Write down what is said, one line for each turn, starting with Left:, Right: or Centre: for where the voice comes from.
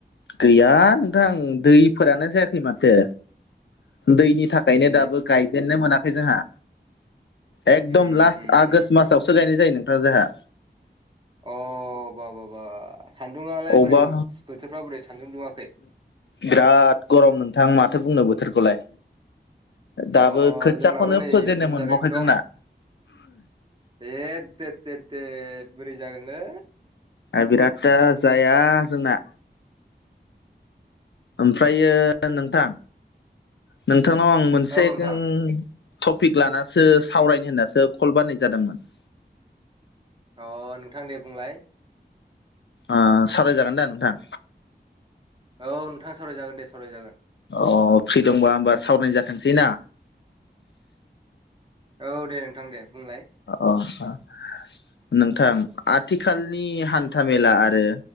Left: गैया नोंथां दैफोरानो जायाखै माथो दैहि थाखायनो
Right: ए
Left: दाबो गायजेननो मोनाखै जोंहा एकदम
Right: उम
Left: लास्ट
Right: उम
Left: आगोष्ट
Right: उम उम
Left: मासावसो गायनाय जायो नोंथां जोंहा।
Right: अह बा बा बा सान्दुङालाय
Left: अबा
Right: बोरै बोथोरफ्रा बोरै सान्दुं दुङाखै?
Left: बिराद गरम नोंथां माथो बुंनो बोथोरखौलाय। दाबो
Right: अ
Left: खोथियाखौनो
Right: जोंनाबो नै
Left: फोेजेननो
Right: बिदिनोथार
Left: मोनबावाखै
Right: एकदम
Left: जोंना।
Right: एद देथ देथ देथ बोरै जागोनलै
Left: आ बिराद दा जाया जोंना ओमफ्रायो नोंथां नोंथांनाव आं मोनसे
Right: औ
Left: <unintelligible>
Right: नोंथां
Left: टपिक लानासो सावरायनो होननासो कल बाननाय जादोंमोन।
Right: अ नोंथां दे बुंलाय
Left: ओ सावरायजागोन दा नोंथां
Right: औ नोंथाङा सावरायजागोन दे सावरायजागोन।
Left: अ फ्रि दंबा होमबा सावरायनो जाथोंसै ना।
Right: औ दे नोंथां दे बुंलाय
Left: अ <inaudible> नोंथां आथिखालनि हान्था मेला आरो